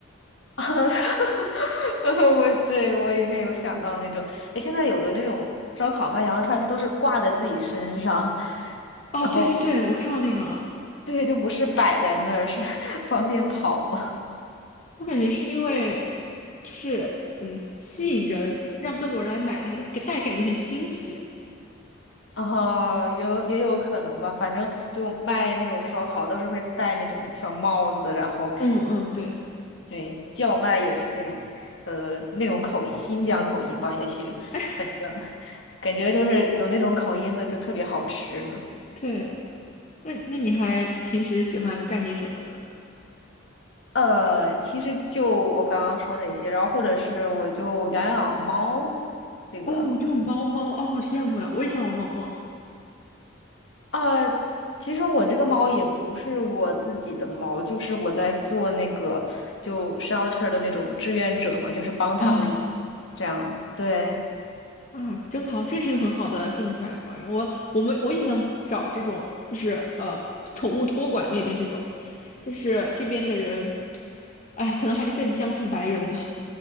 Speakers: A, on the left; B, on the left.
A: <laughs> 呃，我对我应该有想到那种，哎，现在有的那种烧烤卖羊肉串儿它都是挂在自己身上，<laughs>
B: 哦，
A: 然后
B: 对对对，我看到那个了。
A: 对，就不是摆在那儿，是 <laughs> 方便跑嘛。
B: 我感觉是因为，就是嗯，吸引人，让更多人来买它，就给大家感觉很新奇。
A: 哦，也有也有可能吧，反正就卖那种烧烤都是会戴那种小帽子，然后
B: 嗯嗯，对
A: 对叫卖也是那种呃那种口音，新疆口音吧，也许，
B: 哎
A: 反正
B: <laughs>
A: 感觉就是有那种口音的就特别好吃呢。
B: 对。那那你还平时喜欢干些什么呢？
A: 呃，其实就我刚刚说那些，然后或者是我就养养猫，这个
B: 哦，你有猫猫哦，好羡慕呀！我也想有猫猫
A: 啊，其实我这个猫也不是我自己的猫，就是我在做那个就 shelter 的那种志愿者嘛，就是帮他们
B: 啊
A: 这样。对，
B: 啊，真好，这是个很好的兴趣爱好呀。我我们我也想找这种，就是呃，宠物托管类的这种，但是这边的人，哎，可能还是更相信白人吧，